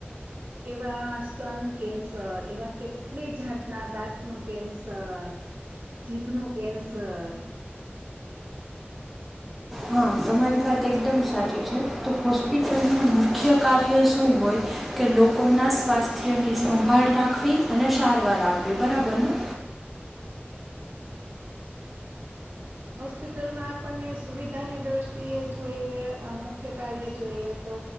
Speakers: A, on the right; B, in the centre.
A: એવા સ્તન કેન્સર એવા કેટલી જાતના દાંતનું કેન્સર, જીભનું કેન્સર.
B: હા તમારી વાત એકદમ સાચી છે તો હોસ્પિટલનું મુખ્ય કાર્ય શું હોય કે લોકોના સ્વાસ્થ્યની સંભાળ રાખવી અને સારવાર આપવી બરાબરને.
A: હોસ્પિટલમાં આપણને સુવિધાની દ્રષ્ટિએ જોઈએ અ મુખ્ય કાર્ય જોઈએ તો